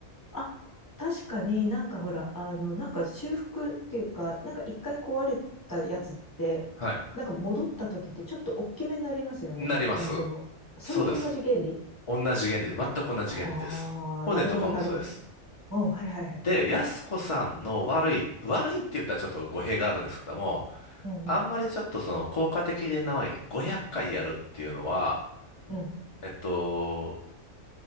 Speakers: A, on the left (about 15°); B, on the left (about 50°).
A: あ、確かになんかほら、あの、なんか修復っていうか、なんか一回壊れたやつって、
B: はい。
A: なんか戻った時ってちょっと大きめになりますよね。
B: なります。
A: なんでも。それと同じ原理
B: そうです。同じ原理で、全く同じ原理です。
A: ああなるほど、
B: 骨とかもそうです。
A: なるほど。うん、はいはいはい。
B: で、安子さんの悪い、悪いって言ったらちょっと語弊があるんですけども、
A: うん、
B: あんまりちょっとその効果的でない500回やるっていうのは、
A: うん、うん、
B: えっと、